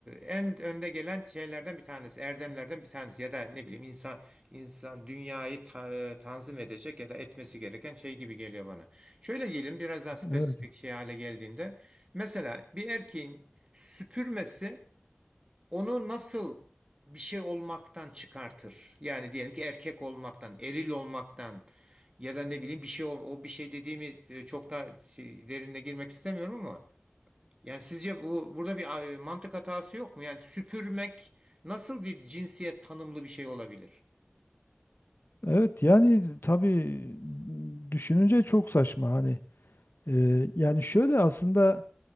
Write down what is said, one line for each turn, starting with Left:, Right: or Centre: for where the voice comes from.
Right: en önde gelen şeylerden bir tanesi, erdemlerden bir tanesi ya da ne bileyim insan insan dünyayı ta- tanzim edecek ya da etmesi gereken şey gibi geliyor bana. Şöyle diyelim biraz daha spesifik
Left: Evet.
Right: şey hale geldiğinde mesela bir erkeğin süpürmesi onu nasıl bir şey olmaktan çıkartır? Yani diyelim ki erkek olmaktan, eril olmaktan ya da ne bileyim bir şey ol- o bir şey dediğimi e, çok da şey- derinine girmek istemiyorum ama yani sizce bu burada bir e, mantık hatası yok mu? Yani süpürmek nasıl bir cinsiyet tanımlı bir şey olabilir?
Left: Evet yani tabii düşününce çok saçma hani E, yani şöyle aslında